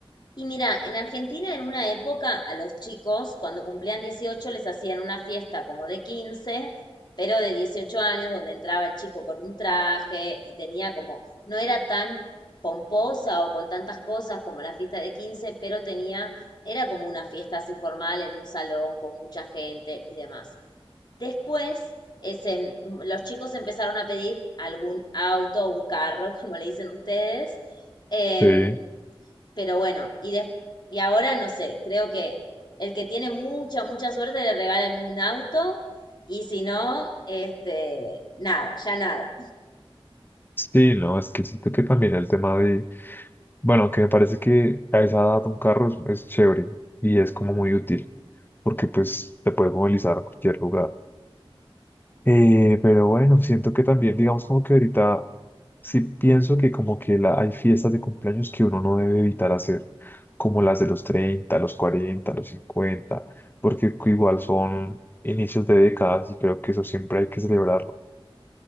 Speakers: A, on the left; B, on the left.
A: Y mira, en Argentina en una época a los chicos cuando cumplían 18 les hacían una fiesta como de 15 pero de dieciocho años donde entraba el chico con un traje y tenía como, no era tan pomposa o con tantas cosas como la fiesta de 15 pero tenía, era como una fiesta así formal en un salón con mucha gente y demás. Después, ese, los chicos empezaron a pedir algún auto, un carro, <laughs> como le dicen ustedes. em,
B: Sí.
A: pero bueno, y, des- y ahora no sé, creo que el que tiene mucha, mucha suerte le regalan un auto y si no, este, nada, ya nada.
B: Sí, no, es que siento que también el tema de, bueno, aunque me parece que a esa edad un carro es, es chévere y es como muy útil, porque pues te puedes movilizar a cualquier lugar. Eh, pero bueno, siento que también, digamos como que ahorita sí pienso que como que la, hay fiestas de cumpleaños que uno no debe evitar hacer, como las de los 30, los 40, los 50, porque cu- igual son inicios de décadas y creo que eso siempre hay que celebrarlo.